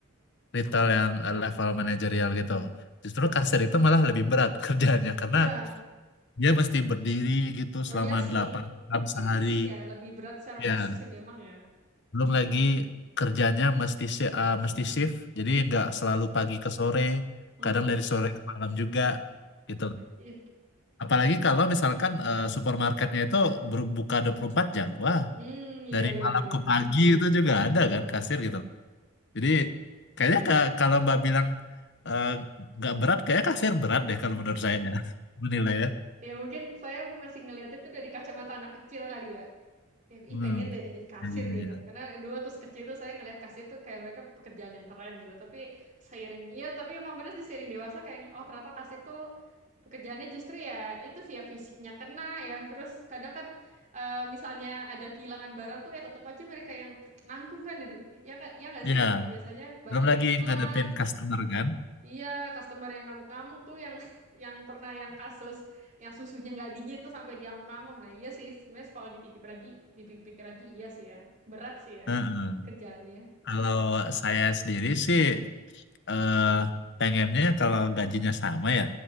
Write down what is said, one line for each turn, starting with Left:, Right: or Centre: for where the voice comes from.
Left: retail yang eh, level manajerial
Right: Heeh.
Left: gitu. Justru kasir itu malah lebih berat <laughs> kerjaannya karena
Right: Iya.
Left: dia mesti berdiri gitu
Right: Oh
Left: selama
Right: iya sih,
Left: delapan jam
Right: mungkin
Left: sehari.
Right: fisik ya, lebih berat secara
Left: Ya,
Right: fisik sih memang ya.
Left: belum lagi kerjanya mesti shi- eh, mesti shift, jadi nggak selalu
Right: Hmm,
Left: pagi ke sore,
Right: hmm,
Left: kadang dari sore ke malam juga gitu.
Right: iya,
Left: Apalagi kalau misalkan eh, supermarketnya itu berbuka 24 jam. Wah,
Right: hmm, iya,
Left: dari
Right: iya,
Left: malam
Right: iya.
Left: ke pagi itu juga ada
Right: Wah.
Left: kan kasir gitu. Jadi kayaknya ka- kalau Mbak bilang eh, nggak berat, kayaknya kasir berat deh kalau menurut saya ya. <laughs> menilai ya.
Right: Ya mungkin saya masih ngeliat itu dari kacamata anak kecil kali ya. Ya,
Left: Hmm.
Right: ih pengen deh jadi kasir
Left: Iya.
Right: gitu. Karena dulu waktu kecil tuh saya ngeliat kasir tuh kayak mereka pekerjaan yang keren gitu. Tapi seiring, ya tapi emang bener sih seiring dewasa kayak, oh ternyata kasir tuh pekerjaannya justru ya itu sih ya fisiknya kena ya. Terus kadang kan eh, misalnya ada kehilangan barang tuh ya tetap aja mereka yang ke- nanggung kan. Ya, du- ya, ka- ya nggak sih?
Left: Ya,
Right: Kok biasanya barang
Left: belum lagi
Right: yang hilang
Left: ngadepin customer kan.
Right: Iya, customer yang ngamuk-ngamuk tuh yang <laughs> yang pernah yang kasus yang susunya nggak dingin tuh sampai dia ngamuk-ngamuk. Nah, iya sih, sebenarnya kalau dipikir lagi, dipikir-pikir lagi iya sih ya. Berat sih ya
Left: Heeh.
Right: kerjaannya.
Left: Kalau saya sendiri sih eh, pengennya kalau gajinya sama ya,